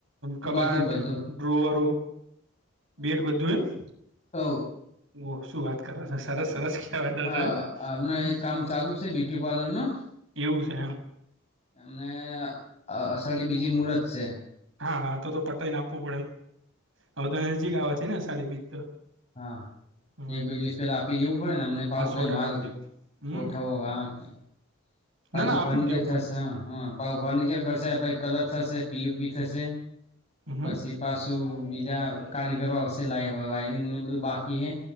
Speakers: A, on the right (about 70°); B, on the left (about 35°).
A: કબાટ,
B: બધું બધું
A: ડ્રોઅરો બેડ બધું એમ
B: ઓ
A: ઓ શું વાત કરવા સરસ સરસ કહેવાય તો
B: હા
A: તો
B: હમણાં
A: હમ
B: એક કામ ચાલુ છે, બયુટી પાર્લર નું
A: એવું છે એમ
B: એમને અષાઢી બીજી મુર્ત છે.
A: હા હા તો પટાઈને આપવું પડે એમ નજીક આવવાથી ને સાડી બીજ તો
B: હા
A: હમ
B: એક બે દિવસ પેલા આપી દેવું પડે ને અમને પાવું
A: આ સો
B: કઈ
A: ટકા
B: માલ
A: હાલ દેવું હમ
B: ગોઠવો હા
A: ના
B: પાછું
A: ના આપી
B: ફર્નિચર
A: જ દેવું
B: થશે
A: પડે
B: હ. હ પાવ ફર્નિચર કરશે પછ કલર થશે પીયુપી થશે
A: હમ
B: પછી પાસ તો બીજા કારીગરો આવશે લાઈવ વાયરિંગને બધું બાકી હે